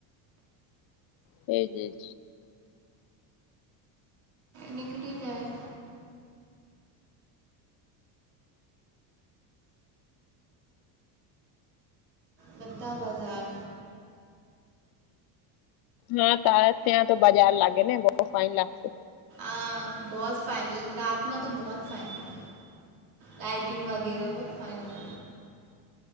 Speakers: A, on the left; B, on the right.
A: હ એજ એજ
B: નિકલી જાય બદાબજાર
A: હા તારા ત્યાં તો બજાર લાગે ને બહુ ફાઇન લાગશે
B: આ બહુ ફાઇનલ રાતમાં તો બહુ ફાઇનલ લાઈટિંગ વગેરે બહ ફાઈને